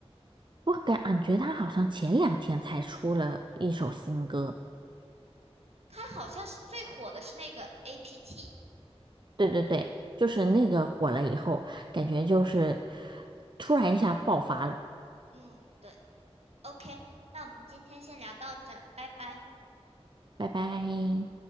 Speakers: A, on the right; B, on the right.
A: 我感觉他好像前两天才出了一首新歌，
B: 他好像是最火的是那个 APT，
A: 对对对，就是那个火了以后，
B: 嗯，
A: 感觉就是突然一下爆发了。
B: 嗯，对。OK，那我们今天先聊到这儿，拜拜。
A: 拜拜。